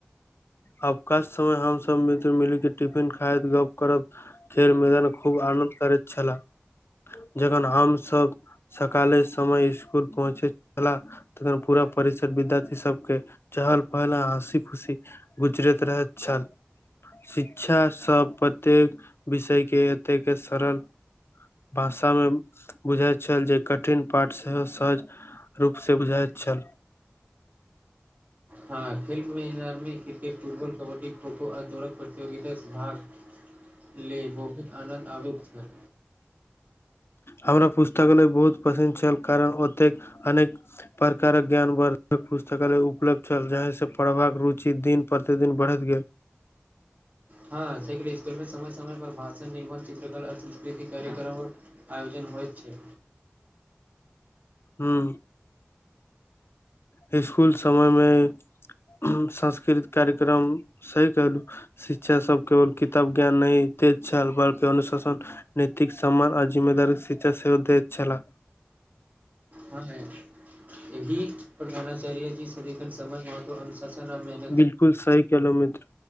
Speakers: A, on the left; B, on the right.
A: आबकाश समय हमसभ मित्र मिलि कऽ टिफिन खाइत, गप करैत छलहुँ। खेल मैदानमे खूब आनन्द करैत छलहुँ जखन हमसभ। सकालक समय स्कूल पहुँचैत छलहुँ। तखन पूरा परिसरमे विद्यार्थी सभक चहल-पहल, हँसी-खुशी रहैत छल। गुजरैत रहैत छल। शिक्षक सभ प्रत्येक विषयके एतेक सरल। भाषामे बुझबैत छलाह जे कठिन पाठ सेहो सहज। रूप से बुझाय छल
B: हँ खेल मैदानमे क्रिकेट, फुटबॉल, कबड्डी, खो-खो आ दौड़क प्रतियोगितामे भाग लैत छलहुँ। लऽ बहुत आनन्द अबैत छल।
A: हमरा पुस्तकालय बहुत पसिन्द छल, कारण ओतय अनेक। प्रकारक ज्ञानवर्धक पुस्तक उपलब्ध छल, जाहि सँ पढ़बाक रुचि दिन प्रतिदिन बढ़ैत गेल।
B: हँ, स्कूलमे समय समय पर भाषण, चित्रकला आ सांस्कृतिक कार्यक्रम आयोजित होइत छल। आयोजन होइत छै
A: हँ हँ, स्कूलक समयमे सांस्कृतिक कार्यक्रम कहब सही कहलहुँ। शिक्षक सभ केवल किताबक ज्ञान नहि दैत छलाह, बल्कि अनुशासन नैतिक समान आ जिम्मेदारी सँ भरल छल।
B: हँ, एहि प्रधानाचार्य जी सँ सेहो समयक महत्व बुझैत छलहुँ। <unintelligible>
A: बिलकुल सही कहलहुँ मित्र।